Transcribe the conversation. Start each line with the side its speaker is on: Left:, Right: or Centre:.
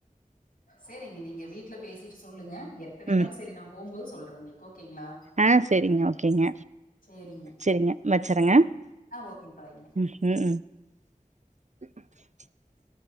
Left: சேரிங்க நீங்க வீட்டுல பேசிட்டு சொல்லுங்க எப் ட வேணாலு
Right: ம்
Left: செரி நா போம்போது சொல்றே உங்களுக்கு ஓகேங்ளா
Right: ஆ சேரிங்க ஓகேங்க
Left: சேரிங்க
Right: சேரிங்க வச்சறேங்க
Left: ஆ ஓகே பாய்ங்க
Right: ம் ம் ம் <inaudible>